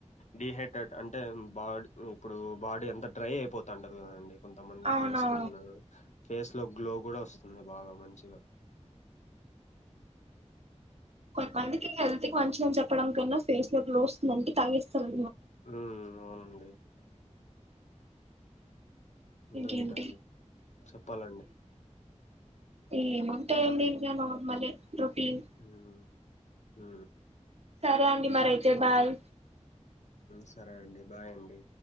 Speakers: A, on the left; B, on the right.
A: డిహైడ్రేట్ అంటే బాడ్ ఇప్పుడు బాడీ ఎంత డ్రై అయి పోతుంటది కదండి కొంతమందికి
B: అవునవును
A: స్కిన్ ఫేస్ లో గ్లో కూడా వస్తుంది బాగా మంచిగా
B: కొంతమందికి హెల్త్ కి మంచిదని చెప్పడం కన్నా ఫేస్ లో గ్లో వస్తుంది అంటే తాగేస్తారు
A: ఉ అవునండి ఇంకేంటండి
B: ఇంకేంటి
A: చెప్పాలండి
B: ఏమంటా ఎంది ఇంకా నార్మలే రొటీన్
A: ఉ ఉ
B: సరే అండి మరి అయితే బాయ్
A: సరే అండి బాయ్ అండి